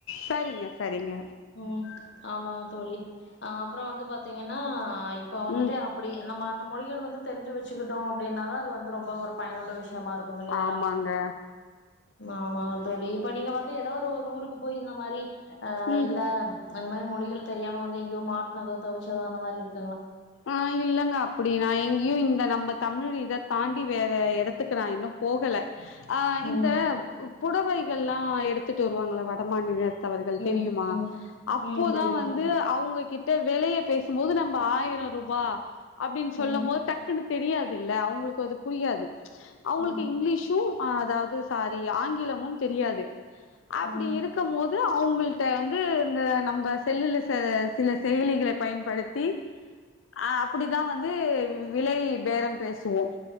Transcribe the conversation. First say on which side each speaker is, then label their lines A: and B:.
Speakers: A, on the left; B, on the left.
A: சரிங்க சரிங்க
B: ம் ஆமாங்க தோழி ஆ அப்றோ வந்து பாத்திங்கனா ஆ இப்ப வந்துட்டு
A: ம்
B: அப்டி நம்ம அந்த மொழிகள் வந்து தெரிஞ்சு வச்சுகிட்டோ அப்டினாவே அது வந்து ரொம்ப ஒரு பயனுள்ள விஷ் திகமா யிருக்கு இல்லைங்ளா
A: ஆமாங்க
B: ஆமாங்க தோழி ப்ப நீங்க வந்து ஏதாது ஒரு ஊருக்கு போயி இந்த மாரி ஆ
A: ம்
B: ஆ அந்த மாரி மொழிகள் தெரியாம வந்து எங்யோ மாட்னது தவிச்சதோ அந்த மாரி யிருக்
A: ஆ இல்லங்க அப்டி நா எங்கேயே இந்த நம்ம தமிழ் இத தாண்டி வேற எங்கே த எடத்துகு நா இன்னு போகல ஆ இந்த
B: ம்
A: புடவைகள் எல்லா எடுத்துட்டு வருவாங்கள வடமாநிலத் தவர்கள்
B: ம்
A: தெரியுமா
B: ம்
A: அபோதா
B: ம் தெரியு
A: வந்து
B: தோழி
A: அவுங்க கிட்ட வெளய பேசும்போது நம்ம ஆயிரம் ரூபா அப்டின்னு சொல்லம்
B: ம்
A: போது டக்குன்னு தெரியாது இல்ல அவுங்களுக்கு அது புரியாது அவுங்களுக்கு
B: ம்
A: இங்கிலீஷும் ஆ அதாவது சாரி ஆங்கிலமும் தெரியாது அப்டி
B: ம் ம்
A: இருக்கம் போது அவுங்களுக்கு கிட்ட வந்து இந்த நம்ம செல்லுல செல சில செயலிகள பயன்படுத்தி அ அப்டிதா வந்து விலை பேரம் பேசுவோ